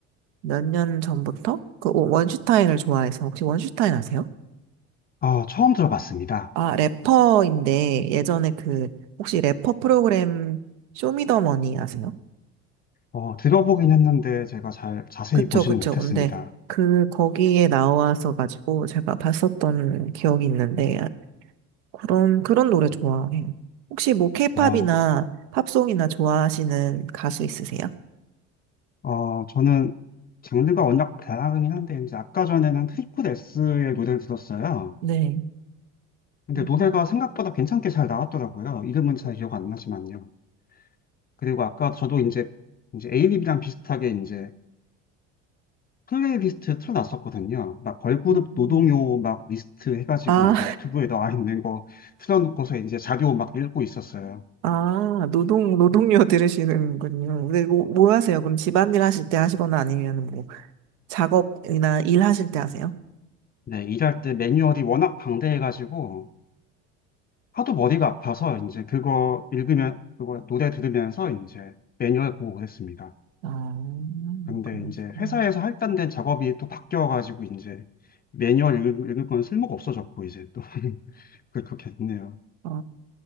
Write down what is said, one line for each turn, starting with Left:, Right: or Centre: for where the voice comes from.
Right: 몇 년 전부터 그 원슈타인을 좋아해서 혹시 원슈타인 아세요?
Left: 아, 처음 들어봤습니다.
Right: 아, 래퍼인데 예전에 그 혹시 래퍼 프로그램 쇼미더머니 아세요?
Left: 어, 들어보긴 했는데 제가 잘 자세히
Right: 그쵸,
Left: 보지는
Right: 그쵸.
Left: 못했습니다.
Right: 근데 그 거기에 나와서 가지고 제가 봤었던 기억이 있는데 그런 그런 노래 좋아해요. 혹시 뭐 케이팝이나
Left: 어,
Right: 팝송이나 좋아하시는 가수 있으세요?
Left: 어, 저는 장르가 워낙 다양하긴 한데 이제 아까 전에는 트리플 S의 노래를 들었어요.
Right: 네.
Left: 근데
Right: 음,
Left: 노래가 생각보다 괜찮게 잘 나왔더라고요. 이름은 잘 기억 안 나지만요. 그리고 아까 저도 이제 이제 에이립이랑 비슷하게 이제 플레이리스트 틀어놨었거든요. 막 걸그룹
Right: 음.
Left: 노동요 막 리스트 해가지고
Right: 아,
Left: 이제 유튜브에 나와 있는 거 틀어놓고서 이제 자료 막 읽고 있었어요.
Right: 아, 노동, 노동요 들으시는군요. 근데 뭐, 뭐 하세요? 그럼 집안일 하실 때 하시거나 아니면 뭐 작업이나 일 하실 때 하세요?
Left: 네, 일할 때 매뉴얼이 워낙 방대해가지고 하도 머리가 아파서 이제 그거 읽으면 그거 노래 들으면서 이제 매뉴얼 보고 그랬습니다.
Right: 아,
Left: 근데
Right: 그러시구나.
Left: 이제 회사에서 할당된 작업이 또 바뀌어가지고 이제 매뉴얼 읽- 읽을 건 쓸모가 없어졌고 이제 또 <laughs> 그- 그렇게 됐네요.
Right: 아,